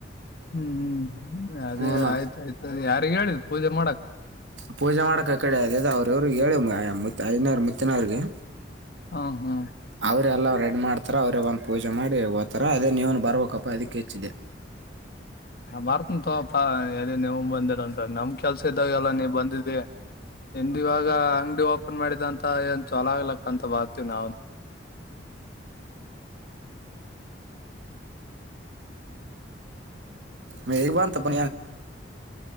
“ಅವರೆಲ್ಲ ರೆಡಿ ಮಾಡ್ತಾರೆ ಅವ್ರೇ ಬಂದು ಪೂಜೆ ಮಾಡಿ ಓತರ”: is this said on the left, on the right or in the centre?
Right